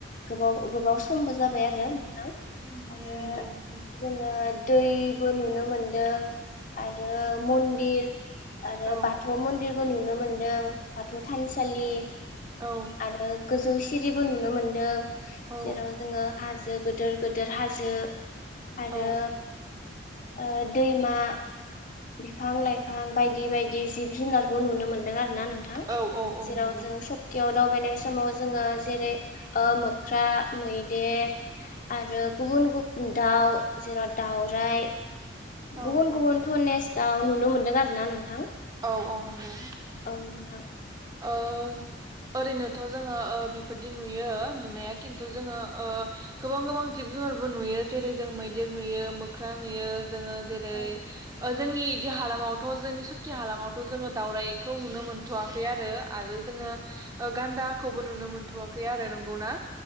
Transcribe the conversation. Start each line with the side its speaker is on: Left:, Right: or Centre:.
Left: गोबाव-गोबाव समबो जाबाय आरो <unintelligible>
Right: उम
Left: आरो
Right: उम नंगौ नंगौ
Left: जोंङो दैबो नुनो मोनदों आरो मन्दिर आरो
Right: औ
Left: बाथौ
Right: औ
Left: मन्दिरबो नुनो मोन ओ बाथौ थानसालि
Right: औ
Left: आरो गोज जौ सिरिबो नुनो मोनदों।
Right: औ
Left: जेराव जोंङो हाजो गोदोर-गोदोर हाजो आरो
Right: औ
Left: ओ दैमा बिफां-लाइ फां बायदि-बायदि जिब जुनारबो नुनो मोन्दों आरो ना नोंथां
Right: औ औ औ
Left: जेराव
Right: नंगौ
Left: जों सिङायाव दावबायनाय समाव जोंङो जेरै मोख्रा मैदेर आरो गुबुन गुबुन दाउ जेराव दावराइ
Right: औ
Left: गुबुन गुबुन
Right: औ
Left: ध'नेस दाउ नुनो मोन्दों आरो ना नोंथां।
Right: औ-औ नंगौ।
Left: औ नोंथां।
Right: ओ ओरैनोथ' जोंङो ओ बेफोरदि नुयो नुनाया खिन्थु जोंङो ओ गोबां-गोबां जिब जुनारबो नुयो जेरै जों मैदेर नुयो मोख्रा नुयो। जोंङो जेरै
Left: औ
Right: ओ
Left: नोंथां
Right: जोंनि हालामावथ' जोंनि सुकि हालामावथ' जोंङो दावरायखौ नुनो मोनथ'वाखै। ओमफाय आरो-आरो जोंङो ओ गान्दाखौबो नुनो मोनथ'वाखै आरो नंगौना?